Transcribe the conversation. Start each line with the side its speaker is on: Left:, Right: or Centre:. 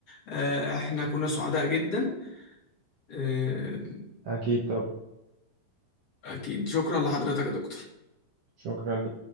Left: آه، احنا كنا سعداء جدا آه،
Right: أكيد طبعا
Left: اكيد شكرا لحضرتك يا دكتور
Right: شكرا